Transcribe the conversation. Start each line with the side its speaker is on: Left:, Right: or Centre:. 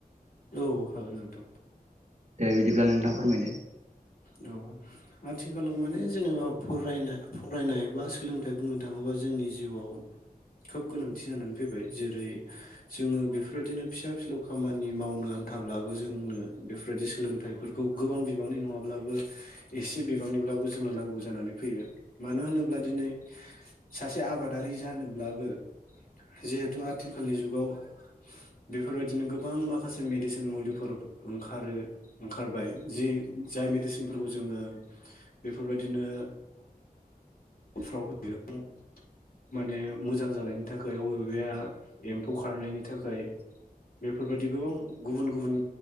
Left: औ हागोन नोंथां।
Right: दे बिदिब्ला नोंथाङा फोरमायदो।
Left: औ। आथिखालाव माने जेनेबा फरायना फरायनाय बा सोलोंथाइ बुंनो थाङोबा जोंनि जिउआव खोब गोनांथि जानानै फैबाय। जेरै जोङो बेफोरबायदिनो फिसा फिलौ खामानि मावनो आन्थाब्लाबो जोंनो बेफोरबायदि सोलोंथाइफोर खौ गोबां बिबांनि नङा ब्लाबो एसे बिबांनिब्लाबो जोंनो नांगौ जानानै फैयो। मानो होनोब्ला दिनै सासे आबादारि जानोब्लाबो जिहेथु आथिखालनि जुगाव बेफोरबायदिनो गोबां माखासे मेडिसिन मुलिफोर ओंखारो। ओंखारबाय जि जाय मेडिसिनफोरखौ जोङो बेफोरबायदिनो न'फ्राव होयो माने मोजां जानायनि थाखाय अबेबाया एम्फौ खारनायनि थाखाय। बेफोरबायदि गोबां गुबुन गुबुन